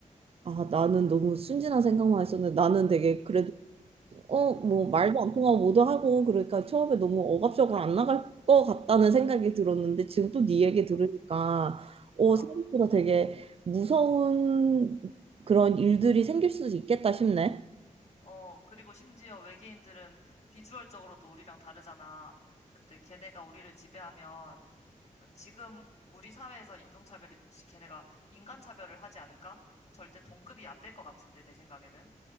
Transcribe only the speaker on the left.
어,
어,
어. 그리고 심지어 외계인들은 비주얼적으로 또 우리랑 다르잖아. 근데 걔네가 우리를 지배하면 지금 우리 사회에서 인종차별이 걔네가 인간차별을 하지 않을까? 절대 동급이 안 될 것 같은데, 내 생각에는.